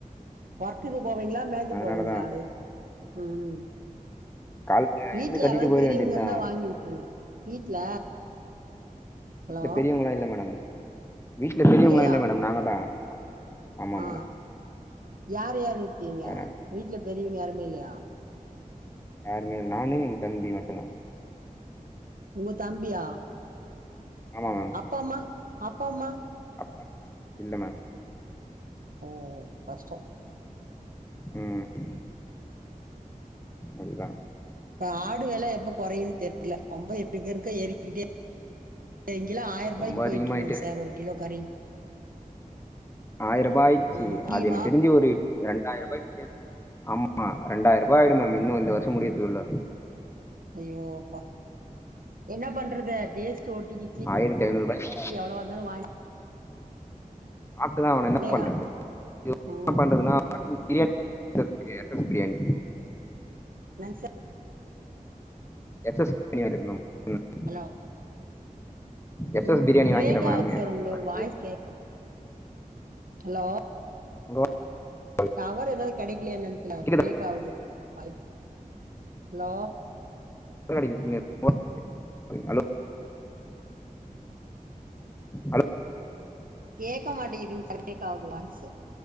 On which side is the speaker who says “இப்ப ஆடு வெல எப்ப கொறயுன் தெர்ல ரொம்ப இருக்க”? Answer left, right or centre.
Right